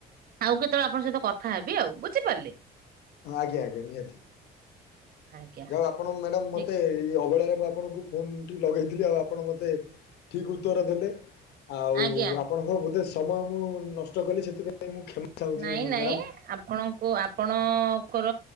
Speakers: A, on the right; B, on the left.
A: ଆଉ କେତେବେଳେ ଆପଣଙ୍କ ସହିତ କଥା ହେବି ଆଉ ବୁଝିପାରିଲେ।
B: ହଁ ଆଜ୍ଞା-ଆଜ୍ଞା ନିହାତି।
A: ଆଜ୍ଞା
B: ଯାହା ହଉ ଆପଣ ମ୍ୟାଡମ୍ ମତେ
A: ଠିକ
B: ଏଇ ଅବହଳାରେ ମୁଁ ଆପଣଙ୍କୁ ଫୋନ୍ ଟି ଲଗେଇଥିଲି ଆଉ ଆପଣ ମତେ ଠିକ୍ ଉତ୍ତର ଦେଲେ। ଆଉ
A: ଆଜ୍ଞା।
B: ଆପଣଙ୍କ ଗୋଟେ ସମୟ ମୁଁ ନଷ୍ଟ କଲି ସେଥିପାଇଁ ମୁଁ କ୍ଷମା ଚାହୁଁଚି
A: ନାଇଁ
B: ମ୍ୟାଡ଼ମ୍।
A: ନାଇଁ ଆପଣଙ୍କୁ ଆପଣଙ୍କର